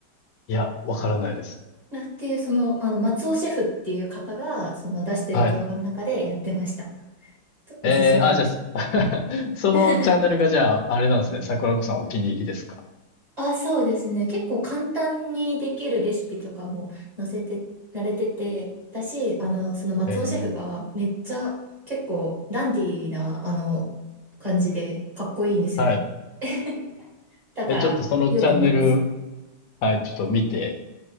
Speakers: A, on the left; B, on the right.
A: いや、わからないです。
B: あっていう、その、あの、松尾シェフっていう方が、その出してる動画の中でやってました。
A: はい。
B: とおすすめです。
A: えーあ、じゃあ、す <laughs> そのチャンネルがじゃあ、
B: <laughs>
A: あれなんですね。桜子さんお気に入りですか。
B: あ、そうですね。結構簡単にできるレシピとかも載せてられてて、だし、あの、その松尾シェフがめっちゃ結構ダンディーな、
A: ええ、
B: あの、感じでかっこいいんですよね。
A: はい。
B: <laughs> だから、
A: え、ちょっとそのチャンネル、
B: よく見てます。
A: はい、ちょっと見て、